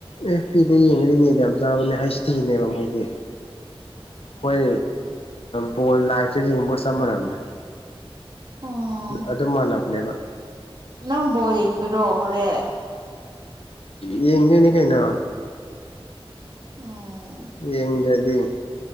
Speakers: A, on the left (about 75°); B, on the right (about 50°).
A: ꯑꯦꯐ ꯄꯤꯗ ꯌꯦꯡꯉꯗꯤꯅꯦ ꯌꯥꯝ ꯆꯥꯕꯅꯦ ꯍꯁꯇꯤꯅꯦꯕ ꯃꯣꯏꯗꯤ ꯍꯣꯏ ꯕꯣꯜ ꯂꯥꯏꯐꯇ ꯌꯦꯡꯕꯒ ꯆꯞ ꯃꯥꯟꯅꯕꯅꯤ
B: ꯎꯝ
A: ꯑꯗꯨꯝ ꯃꯥꯟꯅꯕꯅꯦꯕ
B: ꯅꯪ ꯕꯣꯜ ꯌꯦꯡꯗꯣꯏꯔꯣ ꯍꯣꯔꯦꯟ
A: ꯌꯦꯡꯗꯣꯏꯅꯦ ꯀꯩꯅꯣ
B: ꯑꯣ
A: ꯌꯦꯡꯗ꯭ꯔꯗꯤ